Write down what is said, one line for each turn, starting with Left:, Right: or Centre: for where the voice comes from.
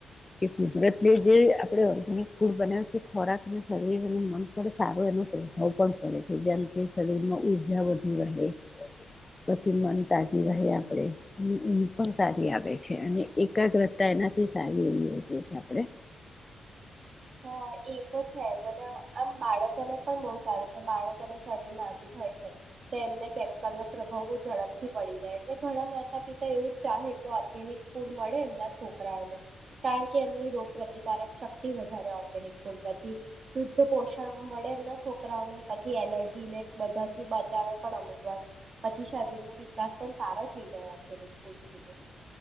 Left: કે કુદરતને જે આપણે ઓર્ગેનિક ફૂડ બનાવે ખોરાકને શરીર અને મન પર સારો એનો પ્રભાવ પણ પડે છે જેમ કે શરીરમાં જા વધુ રહે પછી મન તાજું રહે આપણે અને ઊઘ પણ સારી આવે છે અને એકાગ્રતા એનાથી સારી એવી વધે છે આપણે
Right: હા એ તો છે જ અને આમ બાળકોને પણ બહુ સારું કે બાળકોનું શરીર નાજુક હોય છે તો એમને કેમિકલ નો પ્રભાવ બહ ઝડપથી પડી જાય એટલે ઘણા માતા પિતા એવું જ ચાહે ઓર્ગેનિક ફૂડ મળે એમના છોક કારણ કે એમની રોગ પ્રતિકારક શક્તિ વધ ધારે ઓર્ગેનિક ફૂડ પછી શુદ્ધ પોષણ મળે એમના છોકરાઓને, પછી એલર્જી ને બધાથી બચાવે પણ અમુક વાર, પછી શરીર નું વિકાસ પણ સારો થઈ જાય ઓર્ગેનિક ફૂડ <unintelligible>